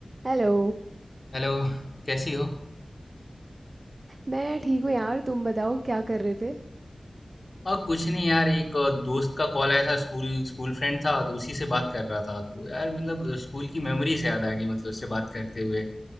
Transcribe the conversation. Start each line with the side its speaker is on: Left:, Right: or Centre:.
Right: Hello
Left: हेलो कैसी हो
Right: मैं ठीक हूँ यार तुम बताओ क्या कर रहे थे
Left: और कुछ नहीं यार एक अ, दोस्त का कॉल आया था स्कूल स्कूल फ्रेंड था तो उसी से बात कर रहा था तो यार मतलब स्कूल की मेमोरी से याद आ गई मतलब उससे बात करते हुए